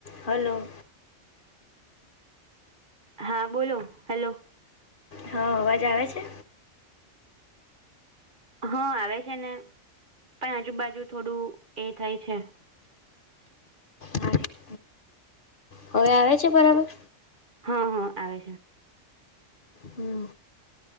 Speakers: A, on the left; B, on the right.
A: Hello
B: હા બોલો hello
A: હ અવાજ આવે છે
B: હા આવે છે ને પણ આજુબાજુ થોડું એ થાય છે
A: હા એક હવે આવે છે બરાબર
B: હં હં આવે છે
A: હમ